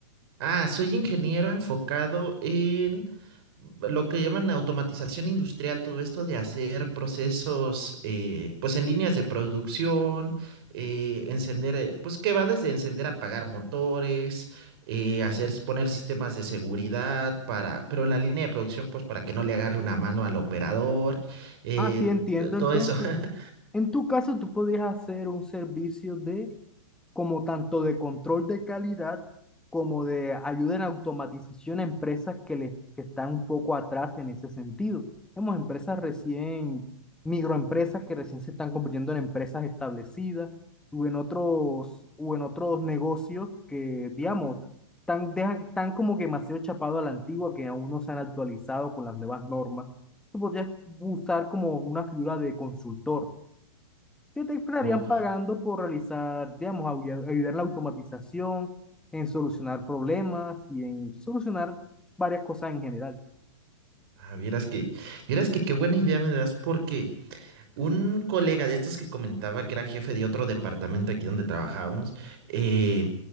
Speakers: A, on the right; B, in the centre.
A: Ah, soy ingeniero enfocado en lo que llaman automatización industrial, todo esto de hacer procesos, eh, pues en líneas de producción, eh, encender, eh, pues que va desde encender, apagar motores, eh, hacer, poner sistemas de seguridad para, pero en la línea de producción, pues para que no le agarre una mano al operador, eh,
B: Ah, sí, entiendo, entonces,
A: todo eso. <laughs>
B: en tu caso tú podías hacer un servicio de como tanto de control de calidad como de ayuda en automatización a empresas que, les, que están un poco atrás en ese sentido. Hemos empresas recién, microempresas que recién se están convirtiendo en empresas establecidas o en otros, o en otros negocios que, digamos, tan dejan, tan como que demasiado chapado a la antigua que aún no se han actualizado con las nuevas normas. Tú podrías usar como una figura de consultor que te estarían
A: Uh,
B: pagando por realizar, digamos, ayu- ayudar en la automatización, en solucionar problemas y en solucionar varias cosas en general.
A: ah, vieras que, vieras que qué buena idea me das porque Un colega de estos que comentaba que era jefe de otro departamento aquí donde trabajábamos, eh,